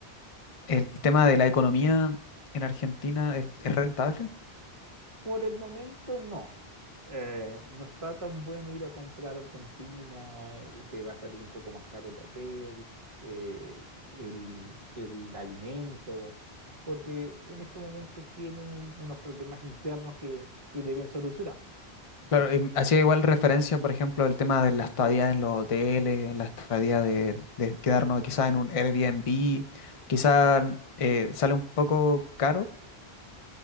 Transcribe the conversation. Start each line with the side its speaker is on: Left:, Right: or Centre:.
Left: ¿el tema de la economía en Argentina es, es rentable?
Right: Por el momento no. Eh, no está tan bueno ir a comprar a Argentina, eh, te va a salir un poco más caro el hotel, eh, el, el alimento, porque en estos momentos tienen un- unos problemas internos que, que deben solucionar.
Left: Claro,
Right: Si tú
Left: em, hacía igual referencia, por ejemplo, al tema de la estadía en los hoteles, la estadía de, de quedarnos quizás en un Airbnb, quizás sale un poco caro.